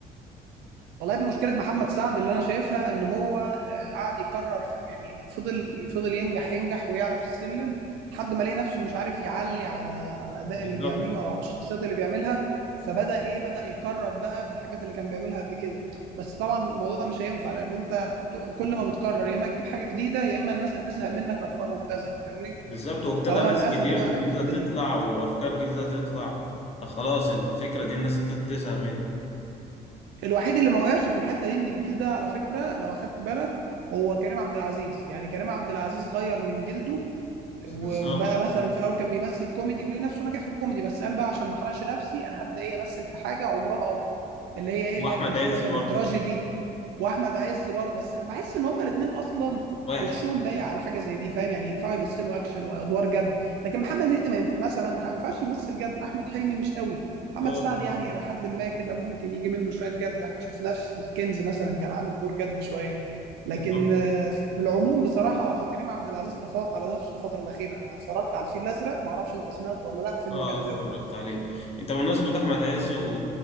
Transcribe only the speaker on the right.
والله يا ابني مشكله محمد سعد اللي انا شايفها ان هو آه، قعد يكرر في- يعني فضل فضل ينجح ينجح ويعلى في السلم لحد ما لقى نفسه مش عارف يعلي على على الاداء
اللي بيعمله او على الشخصيات اللي بيعملها فبدا ايه بدا يكرر بقى في الحاجات اللي كان بيعملها قبل كده بس طبعا الموضوع ده مش هينفع لان انت ت- كل ما بتكرر يا اما تجيب حاجه جديده يا اما الناس هتزهق منك وهتبقى مبتذل فاهمني
فهو
للاسف
وقع
في الحته
دي
الوحيد اللي ما وقعش في الحته دي من الجيل ده على فكره لو اخدت بالك هو كريم عبد العزيز يعني كريم عبد العزيز غير من جلده و-
وبقى مثلا في الاول كان بيمثل كوميدي وليه نفسه نجح في الكوميدي بس قال بقى عشان ما احرقش نفسي انا هبدا ايه امثل في حاجه عمرها اطول اللي هي ايه
اللي هي التمثيل
مثلا
التراجيدي واحمد عز برضه بس بحس ان هما الاثنين اصلا
وشهم لايق على حاجه زي دي فاهم يعني ينفعوا يمثلوا اكشن وادوار جد لكن محمد هنيدي ما ينف... مثلا ما ينفعش يمثل جد احمد حلمي مش قوي محمد
سعد يعني الى حد ما كده ممكن يجي منه شويه جد احنا شفناه في الكنز مثلا كان عامل دور جد شويه لكن
آه، في العموم بصراحه كريم عبد العزيز تفوق على نفسه الفتره الاخيره انا اتفرجت على الفيل الازرق ما اعرفش انت سمعته ولا لا فيلم
جامد
قوي